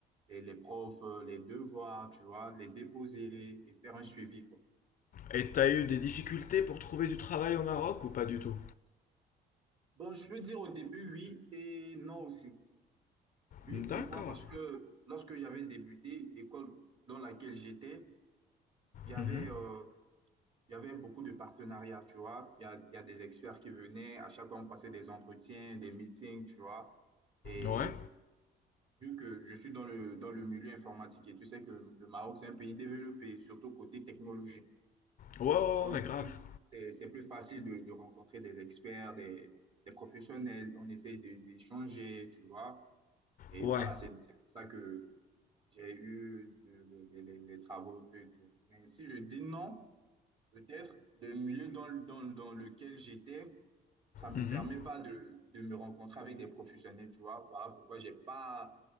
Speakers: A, on the right; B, on the left.
A: les, les profs, euh, les devoirs, tu vois, les déposer et faire un suivi, quoi.
B: Et t'as eu des difficultés pour trouver du travail au Maroc ou pas du tout?
A: Bon, je peux dire au début oui et non aussi. Oui,
B: D'accord.
A: pourquoi? Parce que lorsque j'avais débuté, l'école dans laquelle j'étais, il y avait,
B: Mhm.
A: euh, il y avait beaucoup de partenariats, tu vois. Il y a, il y a des experts qui venaient, à chaque fois on passait des entretiens, des meetings, tu vois. Et
B: Ouais.
A: vu que je suis dans le, dans le milieu informatique et tu sais que le Maroc, c'est un pays développé, surtout côté technologie.
B: Ouais, ouais,
A: Donc,
B: ouais,
A: c'est
B: grave.
A: plus, c'est- c'est plus facile de, de rencontrer des experts, des, des professionnels. On essaye de- d'échanger, tu vois. Et
B: Ouais.
A: voilà, c'est c'est pour ça que j'ai eu de- de- les les- les travaux, tout et tout. Mais si je dis non, Peut-être le milieu dans, dans, dans lequel j'étais, ça ne
B: Mhm.
A: me permet pas de, de me rencontrer avec des professionnels, tu vois. Voilà pourquoi j'ai pas,